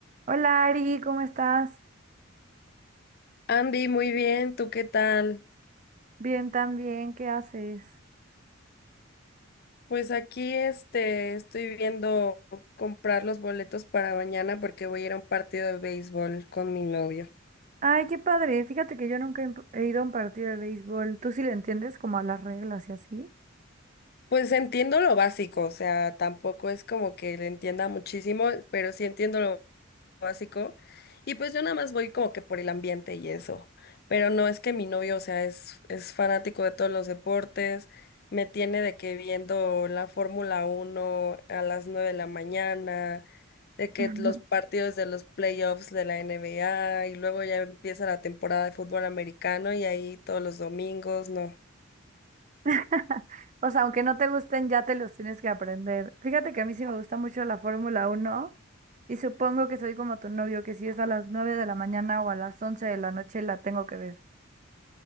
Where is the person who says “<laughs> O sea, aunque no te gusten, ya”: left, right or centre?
Right